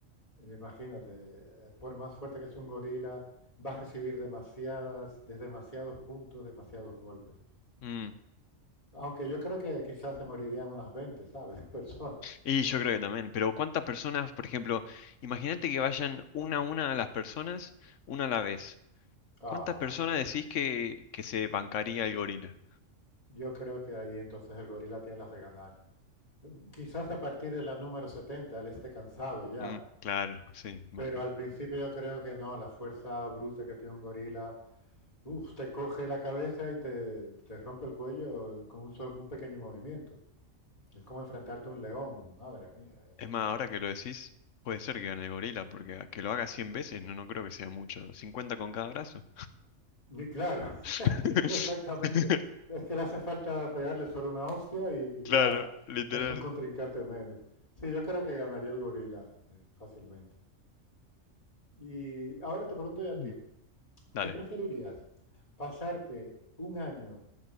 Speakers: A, on the left; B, on the left.
A: eh, imagínate, eh, por más fuerte que sea un gorila, va a recibir demasiadas, de demasiados puntos, demasiados golpes.
B: Mm,
A: Aunque yo creo que quizás se morirían unas 20, ¿sabes? <laughs> Personas.
B: Y yo creo que también. Pero ¿cuántas personas, por ejemplo, imagínate que vayan una a una a las personas, una a la vez.
A: Ah,
B: ¿Cuántas personas decís que, que se bancaría el gorila?
A: yo creo que ahí entonces el gorila tiene las de ganar. Quizás a partir de la número 70 él esté cansado ya,
B: Mm, claro, sí, imagino.
A: pero al principio yo creo que no, la fuerza bruta que tiene un gorila Uf, te coge la cabeza y te, te rompe el cuello con un, sol- un pequeño movimiento. Es como enfrentarte a un león, madre mía. Es...
B: Es más, ahora que lo decís, puede ser que gane el gorila, porque a- que lo haga 100 veces no, no creo que sea mucho. cincuenta con cada brazo.
A: Y claro,
B: <laughs>
A: <laughs> exactamente. Es que le hace falta pegarle solo una hostia y, y
B: Claro,
A: ya
B: literal.
A: es un contrincante menos. Sí, yo creo que ganaría el gorila eh, fácilmente. Y ahora te pregunto yo a
B: Mm.
A: ti,
B: Dale,
A: ¿qué preferirías? ¿Pasarte un año